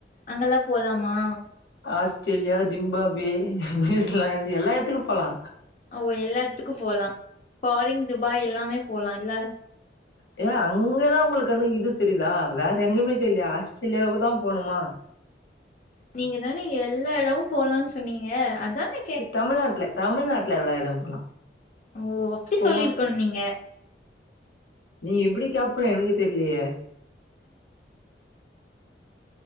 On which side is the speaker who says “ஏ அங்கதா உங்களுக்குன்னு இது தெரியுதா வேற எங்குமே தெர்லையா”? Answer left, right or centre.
Left